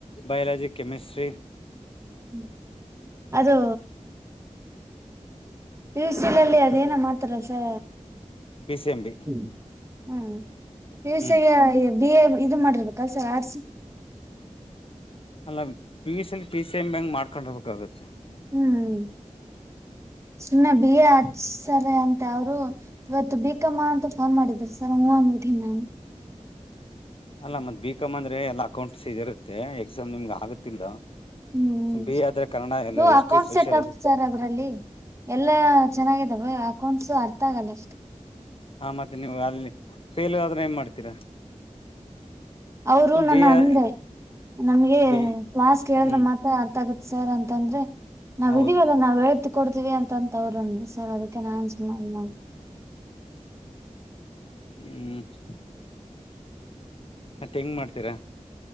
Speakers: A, on the left; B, on the right.
A: ಬಯಾಲಜಿ ಕೆಮಿಸ್ಟ್ರಿ
B: ಹ್ಮ ಅದು ಪಿಯುಸಿ ಅಲ್ಲಿ ಅದೇನೋ ಮಾತ್ರ ಸ
A: ಪಿ ಸಿ ಎಂ ಬಿ
B: ಹ್ಮ ಹ ಪಿಯುಸಿ
A: ಹ್ಮ್
B: ಬಿಏ ಇದು ಮಾಡಿರ್ ಕಲ್ಸ ಆಡ್ಸಿ
A: ಅಲ್ಲ ಪಿ ಸೆಲ್ ಪಿ ಸಿ <unintelligible> ಮಾಡ್ಕೊಂಡಿರ್ಬೇಕಾಗುತ್ತ.
B: ಹ್ಮ್ ಸುಮ್ನೇ ಬಿ ಎ ಹಚ್ತಾರೆ ಅಂತ ಅವ್ರು. ಇವತ್ತು ಬಿಕಮ್ಮ ಅಂತ ಫೋನ್ ಮಾಡಿದ್ರು ಸರು ಹ್ಮ ಅನ್ಬಿಟ್ಟಿನ್ ನಾನು.
A: ಅಲ್ಲ ಮತ್ತ ಬಿಕಮ್ ಅಂದ್ರೆ ಎಲ್ಲ ಅಕೌಂಟ್ಸಿಜ ಇರತ್ತೆ ಎಕ್ಸಾಮ್ ನಿಮ್ಗ ಆಗುತ್ತಿಲ್ಲ.
B: ಹ್ಮ್
A: ಬಿ ಎ ಆದ್ರೆ ಕನ್ನಡ
B: ಇದು
A: ಎಲ್ಲ history
B: account
A: sociology
B: setup sir ಅದ್ರಲ್ಲಿ. ಎಲ್ಲ ಚೆನ್ನಾಗಾಗಿದವೆ ಅಕೌಂಟ್ಸು ಅರ್ಥ ಆಗಲ್ಲ ಅಷ್ಟೆ.
A: ಹ ಮತ್ತೆ ನೀವು ಅಲ್ಲಿ ಫೇಲ್ ಆದ್ರೆ ಏನ್ ಮಾಡ್ತೀರಾ.
B: ಅವ್ರು
A: ಸುಮ್
B: ನನ್ನ
A: ಬಿ
B: ಅಂದೆ
A: ಎ
B: ನಮಗೆ
A: ಬಿ
B: ಕ್ಲಾಸ್ ಕೇಳದ್ರ
A: ಹ್ಮ್
B: ಮಾತ್. ಅರ್ಥ ಆಗುತ್ತ ಸರ್ ಅಂತಂದ್ರೆ ನಾವ್
A: ಹೌದು
B: ಇದೀವಲ್ಲ ನಾವ್ ಹೇಳತೀರ್ತ್ ಕೊಡ್ತೀವಿ ಅಂತಂತ ಅವ್ರ ಅಂದ್ರ ಸರ್ ಅದಕ್ಕೆ ನಾನ್ ಸುಮ್ನ <unintelligible>
A: ಹ್ಮ್ ಮತ್ತೆಂಗ ಮಾಡ್ತೀರಾ.